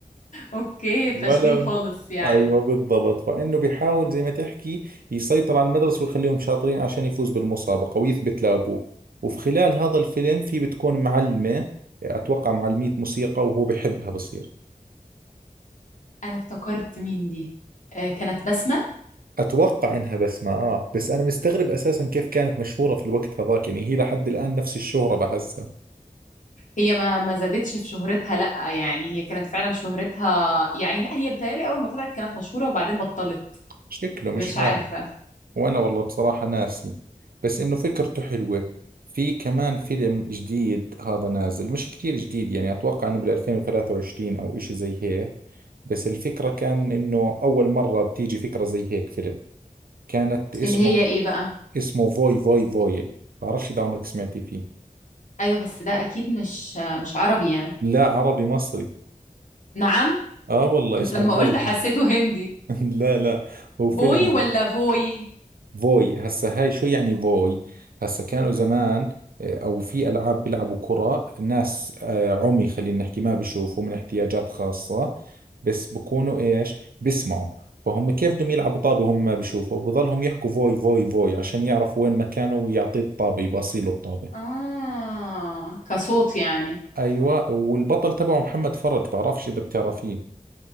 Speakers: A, on the left (about 60°); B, on the right (about 85°).
A: اوكي فاشلين
B: ولا
A: خالص يعني
B: ايوه بالضبط فانه بيحاول زي ما تحكي يسيطر على المدرسه ويخليهم شاطرين عشان يفوز بالمسابقه ويثبت لابوه وفي خلال هذا الفيلم في بتكون معلمه اتوقع معلمية موسيقى وهو بحبها بصير
A: انا افتكرت مين دي آه كانت بسمة
B: اتوقع انها بسمة اه بس انا مستغرب اساسا كيف كانت مشهوره في الوقت هذاك يعني هي لحد الان نفس الشهره بحسها
A: هي ما ما زادتش في شهرتها لا يعني هي كانت فعلا شهرتها يعني لا هي بتهيألي اول ما طلعت كانت مشهورة وبعدين بطلت
B: شكله مش
A: مش
B: عارف
A: عارفة
B: وانا والله بصراحة ناسي بس انه فكرته حلوة في كمان فيلم جديد هذا نازل مش كتير جديد يعني اتوقع انه بال 2023 او اشي زي هيك بس الفكرة كان انه اول مرة بتيجي فكرة زي هيك فيلم كانت اسمه
A: اللي هي ايه بقى
B: اسمه فوي فوي فوي بعرفش اذا عمرك سمعتي فيه
A: ايوه بس ده اكيد مش آه، مش عربي يعني
B: لا عربي مصري
A: نعم
B: اه والله
A: انت
B: اسمه
A: لما
B: فوي
A: قلت حسيته هندي
B: <laughs> لا لا هو فيلم
A: بوي ولا فوي
B: فوي هسا هاي شو يعني فوي هسا كانوا زمان آه، او في العاب بيلعبوا كرة ناس آه، عمي خلينا نحكي ما بيشوفوا من احتياجات خاصة بس بكونوا ايش بيسمعوا فهم كيف بدهم يلعبوا طابة وهم ما بيشوفوا بضلهم يحكوا فوي فوي فوي عشان يعرفوا وين مكانه ويعطيه الطابة يباصيله الطابة
A: اه كصوت يعني
B: ايوه والبطل تبعه محمد فرج بعرفش اذا بتعرفيه